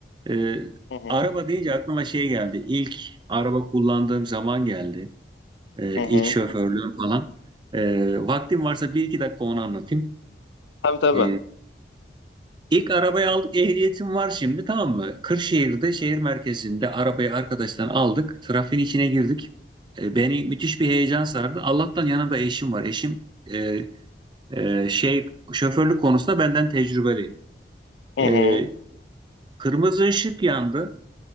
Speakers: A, on the right; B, on the left.
A: Ee,
B: Hı hı.
A: araba deyince aklıma şey geldi. İlk araba kullandığım zaman geldi. Ee,
B: Hı
A: ilk
B: hı.
A: şoförlüğüm falan. Ee, vaktim varsa bir iki dakika onu anlatayım.
B: Tabii tabii.
A: Ee, ilk arabayı aldık. Ehliyetim var şimdi tamam mı? Kırşehir'de şehir merkezinde arabayı arkadaştan aldık. Trafiğin içine girdik. Ee, beni müthiş bir heyecan sardı. Allah'tan yanımda eşim var. Eşim e, e, şey şoförlük konusunda benden tecrübeli.
B: Hı
A: Ee,
B: hı.
A: kırmızı ışık yandı.